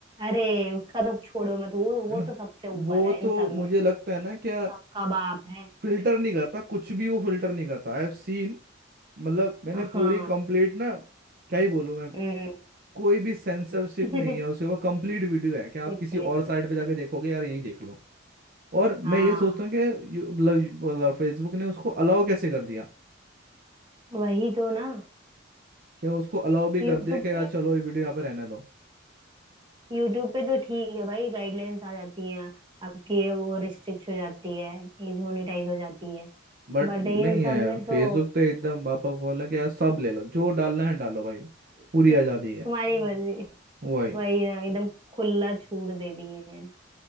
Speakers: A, on the right (about 25°); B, on the right (about 45°).
A: अरे उसका तो छोड़ो मत वो वो
B: है ना
A: तो सबसे ऊपर
B: वो
A: है इन
B: तो
A: सब
B: मुझे
A: में
B: लगता है ना क्या
A: सबका बाप है
B: फिल्टर नहीं करता कुछ भी वो फिल्टर नहीं करता आई हैव सीन मतलब मैंने पूरी
A: हाँ
B: कंप्लीट ना क्या ही बोलूं मैं
A: हम्म
B: कोई भी सेंसरशिप
A: <laughs>
B: नहीं है उसके ऊपर कंप्लीट वीडियो है कि आप
A: कुछ
B: किसी
A: नहीं
B: और साइट पे जाके देखोगे यार यहीं देख लो और मैं
A: हाँ
B: ये सोचता हूँ कि यू- मतलब मतलब फेसबुक ने उसको अलाउ कैसे कर दिया
A: वही तो ना
B: क्या उसको अलाउ भी कर
A: यूट्यूब
B: दिया कि यार
A: पे
B: चलो ये वीडियो यहाँ पे रहने दो
A: यूट्यूब पे तो ठीक है भाई गाइडलाइंस आ जाती हैं आपकी ये वो रिस्ट्रिक्ट हो जाती है एज मोनेटाइज हो जाती है
B: बट
A: बट
B: नहीं
A: इन
B: है
A: सब में
B: फेसबुक
A: तो
B: तो एकदम बापा बोला कि यार सब ले लो जो डालना है डालो भाई पूरी
A: <laughs> तुम्हारी
B: आज़ादी है
A: हम्म, मर्जी
B: वही
A: वही है, एकदम खुला छूट दे दिए हैं